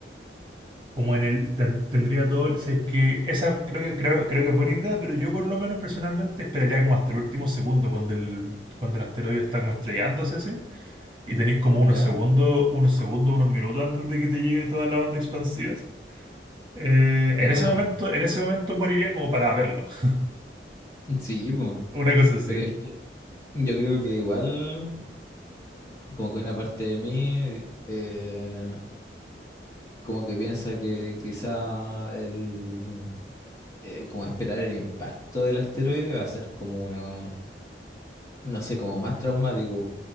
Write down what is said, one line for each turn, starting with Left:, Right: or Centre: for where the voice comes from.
Right: como en el ten- tendría todo, el- si es que esa creo que creo, creo que es buena idea, pero yo por lo menos personalmente esperaría como hasta el último segundo cuando el cuando el asteroide está como estrellándose así. y tenéis como
Left: ¿Ya?
Right: unos segundos, unos segundos, unos minutos antes de que te llegue toda la onda expansiva. Eh,
Left: De
Right: en
Left: más.
Right: ese momento, en ese momento moriría como para verlo. <laughs>
Left: Sí, pues.
Right: Una cosa así.
Left: Pero es que yo creo que igual, como que una parte de mí, eh, como que piensa que quizá el, eh, como esperar el impacto del asteroide va a ser como una... no sé, como más traumático.